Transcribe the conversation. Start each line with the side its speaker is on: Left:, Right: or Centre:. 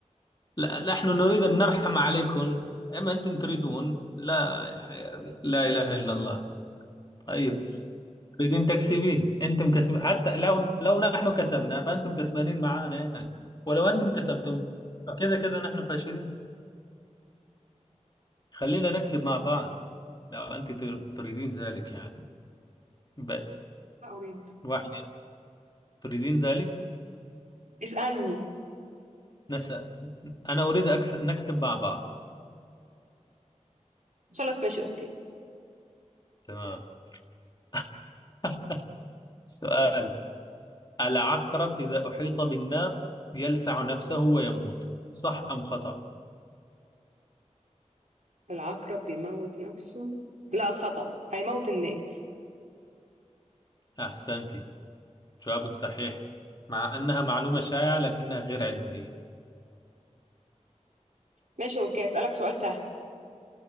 Left: لا نحن نريد أن نرحم عليكم أما أنتم تريدون لا لا إله إلا الله طيب بدين تكسبين انتم كسب حتى لو لو نحن كسبنا فانتم كسبانين معانا يعني ولو انتم كسبتم فكذا كذا نحن فاشلين خلينا نكسب مع بعض لو انت تر- تريدين ذلك يعني بس
Right: لا اريد
Left: واحد تريدين ذلك
Right: اسألني
Left: نسأل انا اريد أكس... نكسب مع بعض
Right: خلاص ماشي اوكي
Left: تمام <laughs> سؤال العقرب اذا احيط بالنار يلسع نفسه ويموت صح ام خطأ
Right: العقرب بيموت نفسه لا خطأ هيموت الناس
Left: احسنتي جوابك صحيح مع انها معلومة شائعة لكنها غير علمية
Right: ماشي اوكي اسألك سؤال سهل